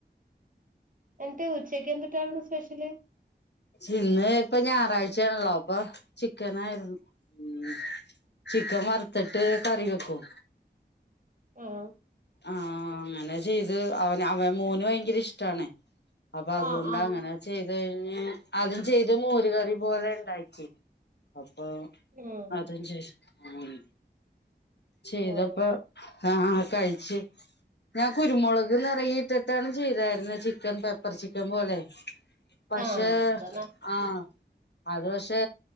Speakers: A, on the right; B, on the left.
A: എന്നിട്ട് ഉച്ചയ്ക്ക് എന്ത്‌ട്ടാണ് സ്പെഷ്യല്
B: ചിന്ന് ഇപ്പം ഞായറാഴ്ചേണല്ലോ അപ്പൊ ചിക്കനായിര്ന്ന് ഉം ചിക്കൻ വറ്ത്ത്ട്ട് കറി വെക്കും
A: ആഹ്
B: ആഹ് ങ്ങനെ ചെയ്ത് അവന് അവൻ മോന് വയങ്കര ഇഷ്ടാണ് അപ്പൊ അതുകൊണ്ട്
A: ആഹ് ആഹ്
B: അങ്ങനെ ചെയ്ത് കഴിഞ്ഞ് അതും ചെയ്ത് മോരുകറി പോലെ ണ്ടാക്കി അപ്പൊ
A: ആഹ്
B: അതും ചേഷ ഉം ചെയ്തപ്പൊ
A: ഓഹ്
B: ആഹ് കൈച്ച് ഞാൻ കുരുമുളക് നിറയെട്ടിട്ടാണ് ചെയ്തായിര്ന്ന് ചിക്കൻ പെപ്പർ ചിക്കൻ പോലെ പക്ഷെ
A: ആഹ് അപ്പൊ ന
B: ആഹ് അത് പക്ഷെ